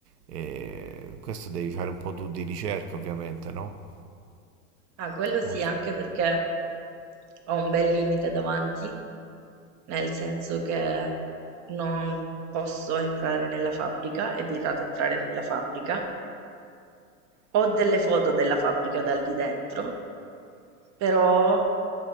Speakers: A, on the right; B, on the right.
A: eh, questo devi fare un po' tu di ricerca, ovviamente, no?
B: Ah, quello sì,
A: Non
B: anche
A: so-
B: perché ho un bel limite davanti, nel senso che non posso entrare nella fabbrica, è vietato entrare nella fabbrica. Ho delle foto della fabbrica dal di dentro, però,